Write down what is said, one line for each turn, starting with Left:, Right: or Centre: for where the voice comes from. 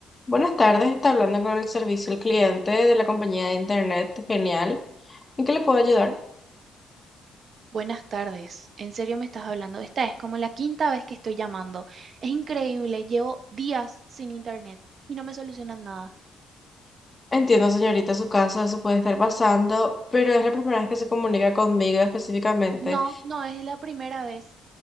Left: Buenas tardes, está hablando con el servicio al cliente de la compañía de internet. Genial. ¿En qué le puedo ayudar?
Right: Buenas tardes. ¿En serio me estás hablando? Esta es como la quinta vez que estoy llamando. Es increíble, llevo días sin internet y no me solucionan nada.
Left: Entiendo, señorita, su caso, eso puede estar pasando, pero es la primera vez que se comunica conmigo específicamente.
Right: No, no es la primera vez